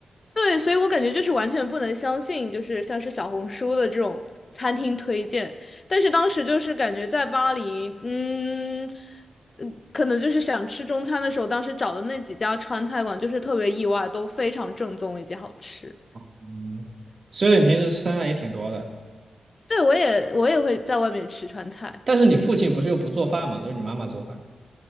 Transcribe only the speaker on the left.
对，所以我感觉就是完全不能相信，就是像是小红书的这种餐厅推荐。但是当时就是感觉在巴黎，嗯，嗯可能就是想吃中餐的时候，当时找的那几家川菜馆就是特别意外，都非常正宗以及好吃。
对，我也我也会在外面吃川菜，